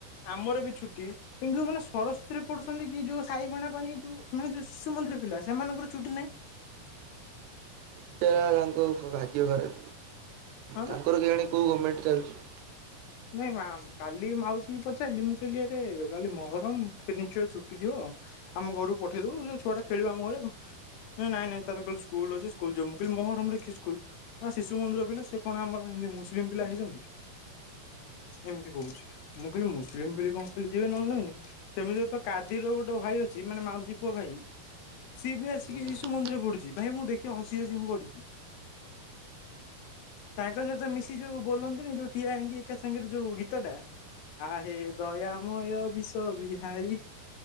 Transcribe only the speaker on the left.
ଆମର ବି ଛୁଟି କିନ୍ତୁ ମାନେ ସରସ୍ଵତୀରେ ପଡୁଛନ୍ତି କି ଯୋଉ ସାଇ ଭଣା ପାଣି ଯୋଉ ମାନେ ଯୋଉ ଶିଶୁ ମନ୍ଦ ପିଲା ସେମାନଙ୍କର ଛୁଟି ନାଇଁ।
ହଁ
ବା
ନାଇଁ ମା କାଲି ମାଉସୀ ପଚାରିଲି ମୁଁ କହିଲିଆରେ କାଲି ମହରମ ଫନିଚ ଛୁଟି ଥିବ ହଁ ଆମ ଘରକୁ ପଠେଇ ଦବୁ ଯେ ଛୁଆ ଟା ଖେଳିବା ଆମ ଘରେ ଆଉ। ନାଇଁ ନାଇଁ ନାଇଁ ତାର କାଲି ସ୍କୁଲ ଅଛି ସ୍କୁଲ ଯିବ ମୁ କହିଲି ମହରମରେ କି ସ୍କୁଲ ନା ଶିଶୁ ମନ୍ଦିର ପିଲା ସେ କଣ ଆମର ମୁସଲିମ ପିଲା ହେଇଛନ୍ତି।
ଏମିତି କହୁଛି ମୁଁ କହିଲି ମୁସଲିମ ବୋଲି କଣ ଖାଲି ଯିବେ ନହେଲେ ନାହି ସେମିତି ତ କାଦିର ଗୋଟେ ଭାଇ ଅଛି ମାନେ ମାଉସି ପୁଅ ଭାଇ ସିଏ ବି ଆସିକି
ଶିଶୁ ମନ୍ଦିର ପଡୁଛି। ଭାଇ ମୁଁ ଦେଖି ହସି ହସି ମୁଁ ଗଡିଛି। ତାଙ୍କ ସହିତ ମିଶି ଯୋଉ ବୋଲନ୍ତିନି ଯୋଉ ଠିଆ ହେଇକି ଏକା ସାଙ୍ଗରେ ଯୋଉ ଗୀତ ଟା ଆ ହେ ଦୟାମୟ ବିଷ ବିହାରୀ